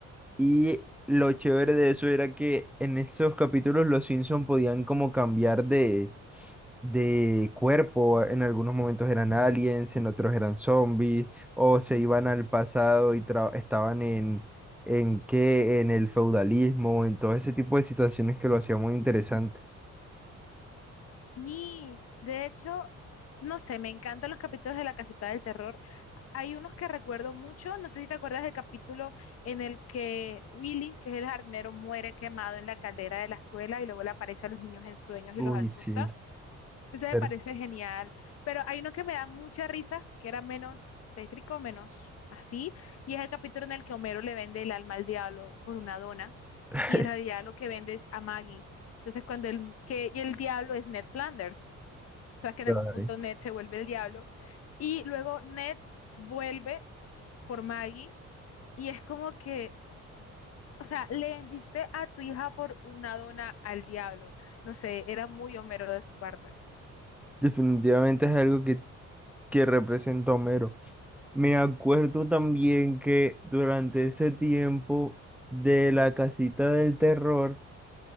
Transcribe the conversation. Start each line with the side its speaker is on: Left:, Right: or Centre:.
Centre: Y lo chévere de eso era que en esos capítulos los Simpson podían como cambiar de, de cuerpo. En algunos momentos eran aliens, en otros eran zombies, o se iban al pasado y tra- estaban en, en qué, en el feudalismo, en todo ese tipo de situaciones que lo hacía muy interesante.
Left: Sí, de hecho, no sé, me encantan los capítulos de la casita del terror. Hay unos que recuerdo mucho, no sé si te acuerdas del capítulo en el que Willy, que es el jardinero, muere quemado en la caldera de la escuela y luego le aparece a los niños en sueños y
Centre: Uy,
Left: los asusta.
Centre: sí.
Left: Ese me
Centre: pero-
Left: parece genial, pero hay uno que me da mucha risa, que era menos tétrico, menos así, y es el capítulo en el que Homero le vende el alma al diablo por una dona,
Centre: <laughs>
Left: y en realidad lo que vende es a Maggie. Entonces, cuando el, que, y el diablo es Ned Flanders, o sea, que en
Centre: Ay,
Left: algún punto Ned se vuelve el diablo, y luego Ned vuelve por Maggie, y es como que, o sea, le vendiste a tu hija por una dona al diablo. No sé, era muy Homero de su parte.
Centre: Definitivamente es algo que, que representa a Homero. Me acuerdo también que durante ese tiempo de la casita del terror,